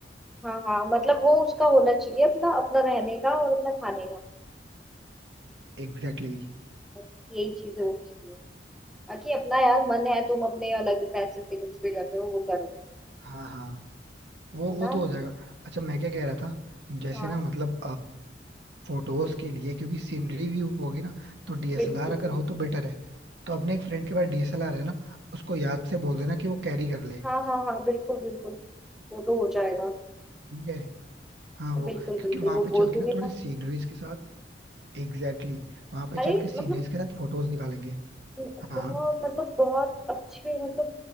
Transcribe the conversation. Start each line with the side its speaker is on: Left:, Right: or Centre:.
Centre: हाँ हाँ मतलब वो उसका होना चाहिए अपना अपना रहने का और अपना खाने का
Right: Exactly exactly.
Centre: बस यही चीजें होनी चाहिए उसकी। बाकी अपना यार मन है तुम अपने अलग पैसे से कुछ भी कर रहे हो वो करो
Right: हाँ हाँ वो
Centre: है
Right: वो
Centre: ना
Right: तो हो जाएगा अच्छा मैं क्या कह रहा था जैसे
Centre: हाँ
Right: ना मतलब फोटोज के लिए क्योंकि सीनरी व्यू होगी ना तो डीएसएलआर
Centre: बिल्कुल
Right: अगर
Centre: बिल्कुल
Right: हो तो बेटर है तो अपने एक फ्रेंड के पास डीएसएलआर है ना उसको याद से बोल देना कि वो कैरी कर ले
Centre: हाँ हाँ हाँ बिल्कुल बिल्कुल वो तो हो जाएगा
Right: ठीक है हाँ वो
Centre: बिल्कुल
Right: क्योंकि
Centre: बिल्कुल
Right: वहां
Centre: वो
Right: पे
Centre: बोल
Right: चल के
Centre: दूंगी
Right: ना थोड़ी
Centre: मैं
Right: सीनरीज के साथ एग्जैक्टली exactly, वहां पे
Centre: अरे
Right: चल के सीनरीज
Centre: मतलब
Right: के साथ फोटोज निकालेंगे
Centre: बहुत
Right: हाँ
Centre: मतलब बहुत अच्छे मतलब